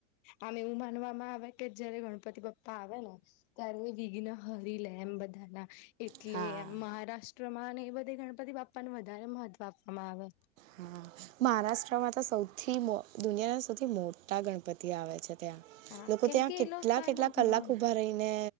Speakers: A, on the left; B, on the right.
A: આમ એવું માનવામાં આવે કે જયારે ગણપતિબાપ્પા આવે ને? ત્યારે વિઘ્ન હરી લે એમ બધાના. એટલે
B: હા
A: મહારાષ્ટ્રમાં ને એ બધે ગણપતિ બાપાને વધારે મહત્વ આપવામાં આવે.
B: હા મહારાષ્ટ્રમાં તો સૌથી મો દુનિયાના સૌથી મોટા ગણપતિ આવે છે. ત્યા
A: આવે
B: લોકો
A: કેમ
B: ત્યાં
A: કે
B: કેટલા-કેટલા
A: એ લોકોનો હા
B: કલાક ઉભા રે રહીને